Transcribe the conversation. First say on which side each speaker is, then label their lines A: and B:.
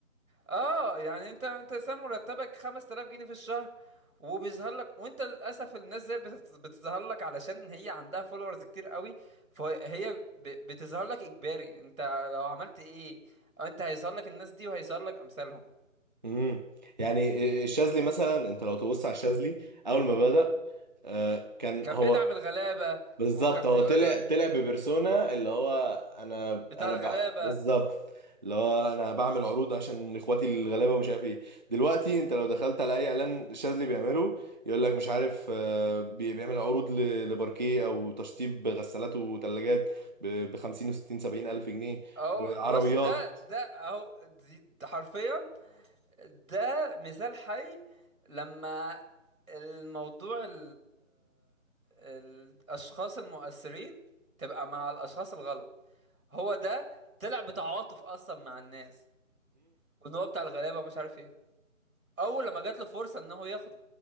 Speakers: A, on the right; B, on the right.
A: اه يعني انت انت سام مرتبك 5000 جنيه في الشهر وبيظهر لك وانت للاسف الناس زي بتت- بتظهر لك علشان هي عندها فولورز كتير قوي فهي ب- بتظهر لك اجباري انت لو عملت ايه آه، انت هيظهر لك الناس دي وهيظهر لك امثالهم
B: امم يعني آه، الشاذلي مثلا انت لو تبص على الشاذلي اول ما بدأ آه، كان
A: كان
B: هو
A: بيدعم الغلابة
B: بالظبط
A: وكان
B: هو
A: بيقول
B: طلع
A: لك
B: طلع ببرسونا اللي هو انا
A: بتاع
B: انا
A: الغلابة
B: ب... بالظبط اللي هو انا بعمل عروض عشان اخواتي الغلابه ومش عارف ايه دلوقتي انت لو دخلت على اي اعلان شاذلي بيعمله يقول لك مش عارف آه، بي- بيعمل عروض ل- لباركيه او تشطيب غسالات وثلاجات ب 50 و 60 70 الف جنيه
A: اهو
B: وعربيات
A: بص ده ده اهو دي ده حرفيا ده مثال حي لما الموضوع ال الأشخاص المؤثرين تبقى مع الأشخاص الغلط هو ده طلع بتعاطف أصلا مع الناس وإن هو بتاع الغلابة مش عارف إيه أول لما جات له فرصة إن هو ياخد